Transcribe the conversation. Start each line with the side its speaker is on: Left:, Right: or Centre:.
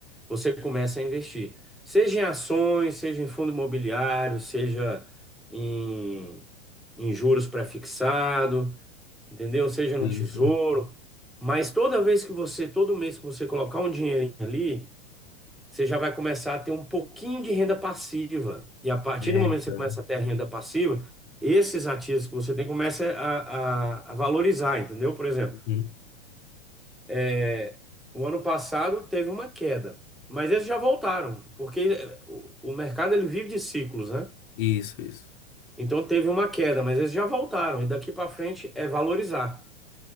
Centre: você começa a investir. Seja em ações, seja em fundo imobiliário, seja em, em juros pré-fixado, entendeu? Seja no
Left: Sim,
Centre: tesouro.
Left: sim.
Centre: Mas toda vez que você, todo mês que você colocar um dinheirinho ali, você já vai começar a ter um pouquinho de renda passiva. E a partir
Left: É,
Centre: do momento
Left: então.
Centre: que você começa a ter a renda passiva, esses ativos que você tem começa a, a- a valorizar, entendeu? Por exemplo,
Left: Uhum.
Centre: é, o ano passado teve uma queda, mas eles já voltaram, porque é, o, o mercado ele vive de ciclos, né?
Left: Isso, isso.
Centre: Então teve uma queda, mas eles já voltaram, e daqui para frente é valorizar.